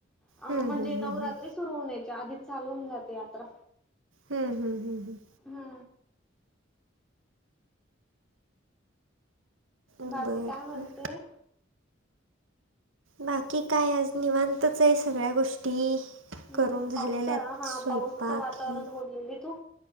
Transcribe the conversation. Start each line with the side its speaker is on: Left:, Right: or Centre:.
Centre: अ,
Right: हम्म
Centre: म्हणजे
Right: हम्म
Centre: नवरात्री
Right: हम्म
Centre: सुरु होण्याच्या आधीच चालू होऊन जाते यात्रा.
Right: हम्म हम्म हम्म हम,
Centre: हा,
Right: हम्म
Centre: बाकी
Right: बर
Centre: काय म्हणतोय.
Right: बर बाकी काय आज निवांतच आहे. सगळ्या गोष्टी.
Centre: हम्म
Right: करून झालेल्या
Centre: पाऊसचा हा
Right: स्वयंपाक
Centre: पाऊसचं वातावरण
Right: हे,
Centre: बोललेली तू.